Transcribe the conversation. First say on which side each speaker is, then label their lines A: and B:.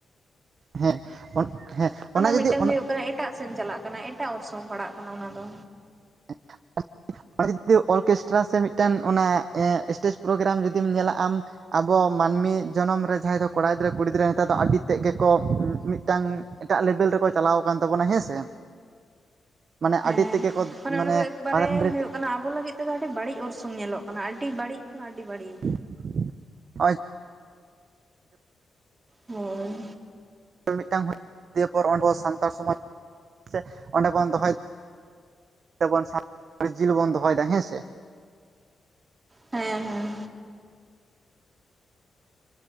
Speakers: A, on the right; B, on the right.
A: ᱦᱮᱸ ᱚᱱ ᱦᱮᱸ ᱚᱱᱟ
B: ᱢᱤᱫᱴᱟᱝ
A: ᱡᱩᱫᱤ ᱚᱱᱟ,
B: ᱦᱩᱭᱩᱜ ᱠᱟᱱᱟ ᱮᱴᱟᱜ ᱥᱮᱫ ᱪᱟᱞᱟᱜ ᱠᱟᱱᱟ ᱮᱴᱟᱜ ᱚᱨᱥᱚᱝ ᱯᱟᱲᱟᱜ ᱠᱟᱱᱟ ᱚᱱᱟ ᱫᱚ᱾
A: <inaudible> <unintelligible> ᱡᱩᱫᱤ ᱚᱨᱠᱮᱥᱴᱨᱟ ᱥᱮ ᱢᱤᱫᱴᱟᱱ ᱚᱱᱮ ᱮᱸ ᱥᱴᱮᱡᱽ ᱯᱨᱳᱜᱨᱟᱢ ᱡᱩᱫᱤᱢ ᱧᱮᱞᱟ ᱟᱢ ᱟᱵᱚ ᱢᱟᱱᱢᱤ ᱡᱚᱱᱚᱢ ᱨᱮ ᱡᱟᱦᱟᱸᱭ ᱫᱚ ᱠᱚᱲᱟ ᱜᱤᱫᱽᱨᱟᱹ ᱠᱩᱲᱤ ᱜᱤᱫᱽᱨᱟᱹ ᱱᱮᱛᱟᱨ ᱫᱚ ᱟᱹᱰᱤ ᱛᱮᱫ ᱜᱮᱠᱚ ᱢᱤᱫᱴᱟᱝ ᱮᱴᱟᱜ ᱞᱮᱵᱮᱞ ᱨᱮᱠᱚ ᱪᱟᱞᱟᱣ ᱟᱠᱟᱱ ᱛᱟᱵᱚᱱᱟ ᱦᱮᱸ ᱥᱮ, ᱢᱟᱱᱮ
B: ᱦᱮᱸ
A: ᱟᱹᱰᱤ ᱛᱮᱜᱮ ᱠᱚ
B: ᱢᱟᱱᱮ ᱚᱱᱟ ᱫᱚ ᱮᱠᱵᱟᱨᱮ
A: ᱯᱟᱛᱟ ᱴᱟᱺᱰᱤ ᱨᱮ
B: ᱦᱳᱭᱳᱜ ᱠᱟᱱᱟ ᱟᱵᱚ ᱞᱟᱹᱜᱤᱫ ᱛᱮᱫᱚ ᱟᱹᱰᱤ ᱵᱟᱹᱲᱤᱡ ᱚᱨᱥᱚᱝ ᱧᱮᱞᱚᱜ ᱠᱟᱱᱟ, ᱟᱹᱰᱤ ᱵᱟᱹᱲᱤᱡ ᱠᱷᱚᱱ ᱟᱹᱰᱤ ᱵᱟᱹᱲᱤᱡ᱾
A: <inaudible>
B: ᱦᱳᱭ᱾
A: ᱢᱤᱫᱴᱟᱝ <unintelligible> ᱫᱤᱭᱮ ᱯᱚᱨ ᱟᱵᱚ ᱥᱟᱱᱛᱟᱲ ᱥᱚᱢᱟᱡᱽ ᱥᱮ ᱚᱸᱰᱮ ᱵᱚᱱ ᱫᱚᱦᱚᱭ ᱟᱵᱚᱱ <unintelligible> ᱡᱤᱞ ᱵᱚᱱ ᱫᱚᱦᱚᱭ ᱫᱟ ᱦᱮᱸ ᱥᱮ᱾
B: ᱦᱮᱸ ᱦᱮᱸ᱾